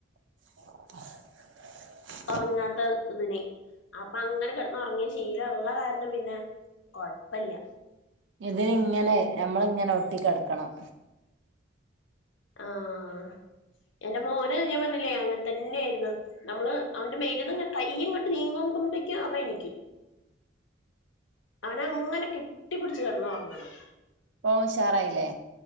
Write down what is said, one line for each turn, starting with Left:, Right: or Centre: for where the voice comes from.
Right: <inaudible>
Left: ഉറങ്ങാത്ത ഇതിന് അപ്പൊ അങ്ങനെ കിടന്ന് ഉറങ്ങിയ ശീലള്ള കാരണം പിന്നെ നോക കൊയപ്പല്യ
Right: ഇതി ഇങ്ങനെ നമ്മളിങ്ങനെ ഒട്ടിക്കടക്കണം
Left: ആഹ് എന്റെ മോന് ഞാൻ പറഞ്ഞില്ലേ അങ്ങനെ തന്നെയായിരുന്ന് നമ്മള് അവന്റെ മേല നിന്ന് കയ്യ് ഇങ്ങോട്ട് നീങ്ങകുമ്പോക്കും അവൻ എണിക്കും അവനെ അങ്ങനെ കെട്ടിപ്പിടിച്ച് കിടന്നുറങ്ങണം
Right: ഇപ്പോ ഓൻ ഉഷാറായില്ലേ